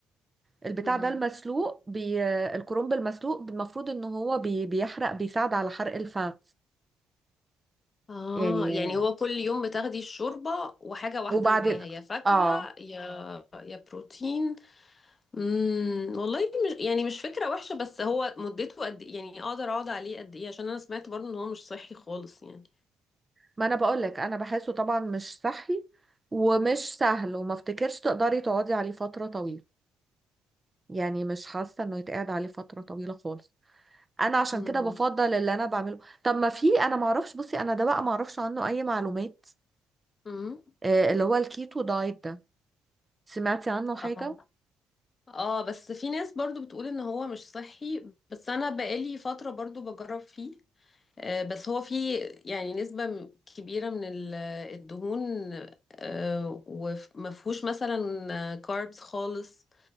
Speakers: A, on the right (about 20°); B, on the left (about 35°).
A: البتاع
B: مم.
A: ده المسلوق بي... الكرنب المسلوق المفروض ان هو بي... بيحرق بيساعد على حرق الفم
B: اه
A: يعني
B: يعني هو كل يوم بتاخدي الشوربة وحاجة واحدة
A: وبعدين
B: معاها يا فاكهة
A: اه
B: يا يا بروتين مم. والله مش يعني مش فكرة وحشة بس هو مدته قد ايه يعني اقدر اقعد عليه قد ايه عشان انا سمعت برضو ان هو مش صحي خالص يعني
A: ما انا بقولك انا بحسه طبعا مش صحي ومش سهل وما افتكرش تقدري تقعدي عليه فترة طويلة يعني مش حاسة انه يتقعد عليه فترة طويلة خالص انا عشان
B: مم.
A: كده بفضل اللي انا بعمله طب ما في انا معرفش بصي انا ده بقى معرفش عنه اي معلومات
B: مم.
A: آه اللي هو الكيتو دايت ده سمعتي عنه حاجة
B: اه اه بس في ناس برضو بتقول ان هو مش صحي بس انا بقالي فترة برضو بجرب فيه آه، بس هو في يعني نسبة م- كبيرة من ال- الدهون آه، ومفهوش مثلا كاربس خالص